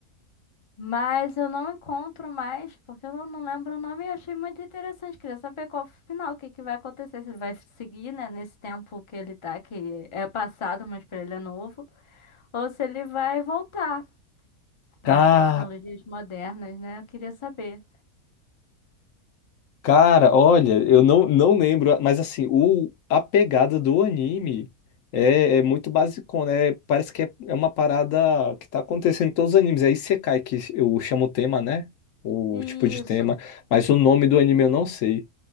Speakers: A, on the left; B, on the left.
A: Mas eu não encontro mais, porque eu não, não lembro o nome e achei muito interessante. Queria saber qual o final, o que, que vai acontecer. Se ele vai seguir, né, nesse tempo que ele tá, que é passado, mas pra ele é novo. Ou se ele vai voltar para
B: Cara,
A: as tecnologias modernas, né? Eu queria saber.
B: Cara, olha, eu não, não lembro, mas assim, o, a pegada do anime é, é muito basicona, né? Parece que é, é uma parada que tá acontecendo em todos os animes. É Isekai, que eu chamo o tema, né? O
A: Isso.
B: tipo de tema, mas o nome do anime eu não sei.